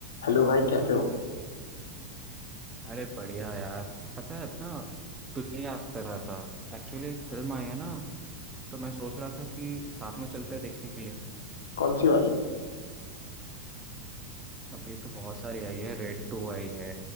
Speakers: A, on the left; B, on the right.
A: Hello भाई कैसे हो
B: अरे बढ़िया यार पता है ना तुझे याद कर रहा था एक्चुअली एक फिल्म आई है ना तो मैं सोच रहा था कि साथ में चलते हैं देखने के लिए
A: कौन सी वाली
B: अभी तो बहुत सारी आई है रेड टू आई है